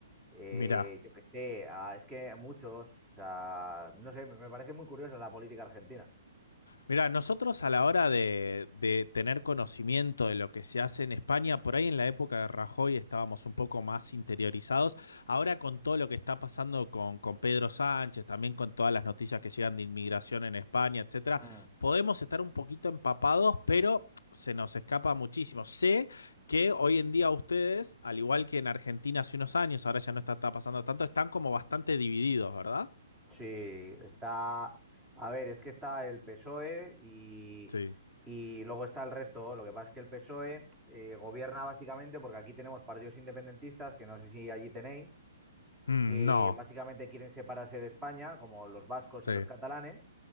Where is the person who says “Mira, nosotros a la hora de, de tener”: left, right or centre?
Left